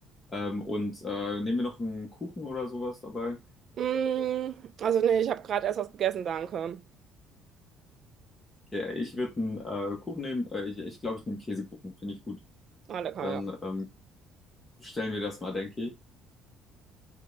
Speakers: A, on the left (about 20°); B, on the right (about 40°).
A: Ähm, und äh, nehmen wir noch einen Kuchen oder sowas dabei?
B: Mm, also nee, ich habe gerade erst was gegessen, danke.
A: Ja, ich würde einen äh, Kuchen nehmen. Äh, ich glaube, ich glaube, ich nehme Käsekuchen, finde ich gut.
B: Ah, lecker,
A: Dann
B: ja.
A: ähm, bestellen wir das mal, denke ich.